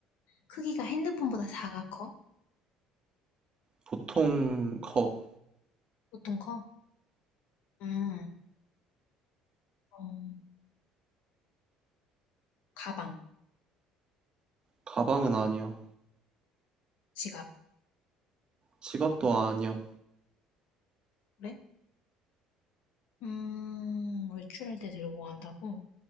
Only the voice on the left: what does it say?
크기가 핸드폰보다 작아 커?
보통 커? 음. 어, 가방,
지갑,
그래? 음, 외출할 때 들고 간다고?